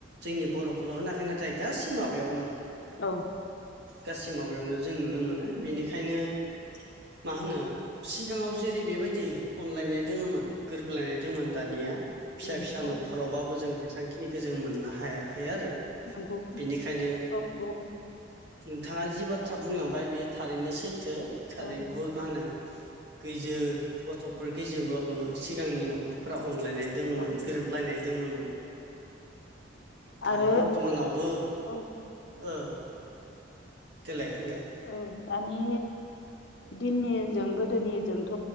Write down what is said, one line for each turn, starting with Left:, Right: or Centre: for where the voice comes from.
Right: जोंनि बर'खौल' होनाखै नाथाय गासै माबायावनो
Left: औ
Right: गासै माबायावनो जों नुनो मोनो बेनिखायनो मा होनो सिगाङाव जेरै बेबायदि अनलायनाय दोङोमोन गोरोबलायनाय दङमोन दानिया फिसा
Left: नंगौ
Right: फिसा न'खरावबाबो जों जेसांखिनिखौ जों मोननो हायाखै आरो
Left: नंगौ
Right: बेनिखायनो
Left: औ औ
Right: नोंथाङा जि बाथ्रा बुंलांबाय बियो थारैनो सैथो थारै
Left: औ
Right: भुत मान होनो गैजो गथ'फोर गैजोबाबो सिगांनि न'खरफोरा अनलायनाय दोङोमोन
Left: औ
Right: गोरोबलायनाय दोङोमोन दा
Left: आरो
Right: बर्थ'मानावबो
Left: औ
Right: ओ देलाय होनलाय
Left: औ दानि दिननिजों गोदोनिजोंथ'